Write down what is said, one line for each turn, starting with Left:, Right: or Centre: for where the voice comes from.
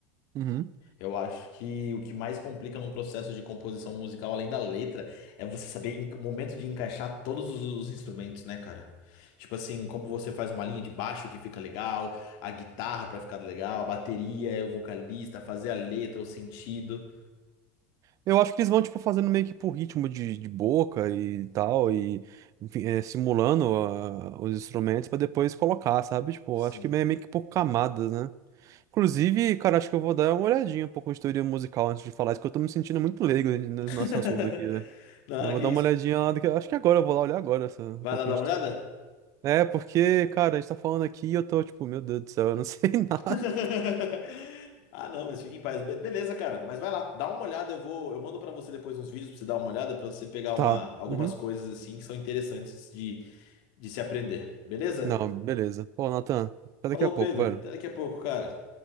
Right: Uhum.
Left: Eu acho que o que mais complica num processo de composição musical, além da letra, é você saber en- o momento de encaixar todos os os instrumentos, né, cara? Tipo assim, como você faz uma linha de baixo que fica legal, a guitarra pra ficar legal, a bateria, o vocalista, fazer a letra, o sentido.
Right: Eu acho que eles vão, tipo, fazendo meio que por ritmo de, de boca e tal, e enfim, é, simulando ah, os instrumentos pra depois colocar, sabe? Tipo,
Left: Sim.
Right: eu acho que meio, meio que por camadas, né? Inclusive, cara, acho que eu vou dar uma olhadinha um pouco de teoria musical antes de falar isso, que eu tô me sentindo muito leigo no
Left: <laughs>
Right: nosso assunto aqui, né?
Left: Não,
Right: Eu vou
Left: que
Right: dar
Left: isso.
Right: uma olhadinha lá, daqui- acho que agora, eu vou lá olhar agora essa, um
Left: Vai
Right: pouquinho
Left: lá dar
Right: de...
Left: uma olhada?
Right: teoria. É, porque, cara, a gente tá falando aqui e eu tô, tipo, meu Deus do céu, eu não <laughs> sei nada.
Left: <laughs> Ah, não, mas fique em paz. Be- beleza, cara. Mas vai lá, dá uma olhada. Eu vou, eu mando pra você depois uns vídeos pra você dar uma olhada, pra você pegar uma,
Right: Tá,
Left: algumas
Right: uhum.
Left: coisas assim que são interessantes de, de se aprender. Beleza?
Right: Não, beleza. Pô, Nathan, até daqui
Left: Falou,
Right: a pouco,
Left: Pedro.
Right: velho.
Left: Até daqui a pouco, cara.